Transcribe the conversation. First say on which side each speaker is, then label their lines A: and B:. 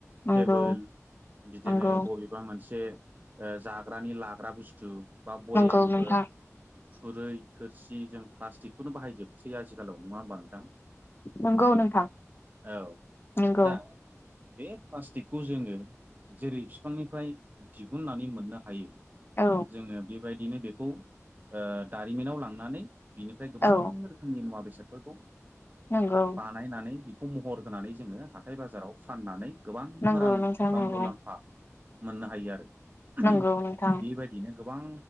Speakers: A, on the left (about 45°); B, on the right (about 35°).
A: नंगौ
B: टेबोल बिदिनो
A: नंगौ
B: बबेबा मोनसे ओ जाग्रानि लाग्रा बुस्थु बा भयेमफोर
A: नंगौ नोंथां
B: खुरै थोरसि जों प्लास्टिकखौनो बाहायजोबसै आजिखालाव नङा होमबा नोंथां?
A: नंगौ नोंथां
B: औ
A: नंगौ।
B: दा बे प्लास्टिकखौ जोङो जेरै फिफांनिफ्राय दिहुननानै मोननो हायो
A: औ
B: जोङो बेबायदिनो बेखौ ओ दारिमिनाव लांनानै बिनिफ्राय गोबां
A: औ
B: रोखोमनि मुवा बेसादफोरखौ
A: नंगौ
B: बानायनानै बेखौ महर होनानै जोङो हाथाय बाजाराव फाननानै गोबां
A: नंगौ
B: रां
A: नोंथां
B: बा
A: नंगौ
B: मुलाम्फा मोननो हायो आरो ओहोम
A: नंगौ नोंथां
B: बेबायदिनो गोबां